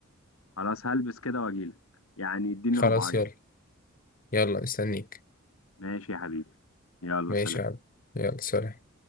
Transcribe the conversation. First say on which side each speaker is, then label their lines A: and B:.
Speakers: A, on the left; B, on the left.
A: خلاص هلبس كده واجيلك يعني اديني
B: خلاص
A: ربعين
B: يلا يلا مستنيك
A: ماشي يا حبيبي يلا
B: ماشي
A: سلام
B: يا عم يلا سلام